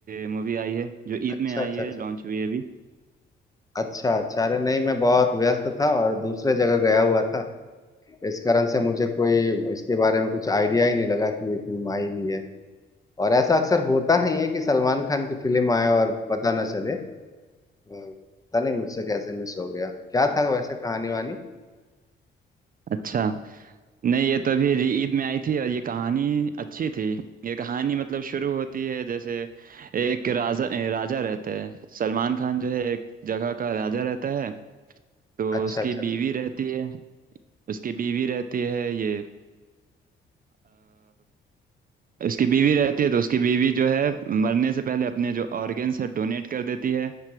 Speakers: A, on the right (about 45°); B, on the left (about 15°).
A: मूवी आई है जो ईद
B: अच्छा
A: में आई
B: अच्छा
A: है
B: अच्छा
A: लॉन्च हुई है अभी
B: अच्छा अच्छा अरे नहीं मैं बहुत व्यस्त था और दूसरे जगह गया हुआ था इस कारण से मुझे कोई इसके बारे में कुछ आइडिया ही नहीं लगा कि ये फिल्म आई भी है और ऐसा अक्सर होता नहीं है कि सलमान खान की फिल्म आए और पता ना चले हम्म, पता नहीं मुझसे कैसे मिस हो गया क्या था वैसे कहानी वानी
A: अच्छा नहीं ये तो अभी री- ईद में आई थी और ये कहानी अच्छी थी ये कहानी मतलब शुरू होती है जैसे एक राजा ए, राजा रहता है सलमान खान जो है एक जगह का राजा रहता है तो
B: अच्छा
A: उसकी
B: अच्छा अच्छा
A: बीवी रहती है उसकी बीवी रहती है ये उसकी बीवी रहती है तो उसकी बीवी जो है मरने से पहले अपने जो ऑर्गेन्स है डोनेट कर देती है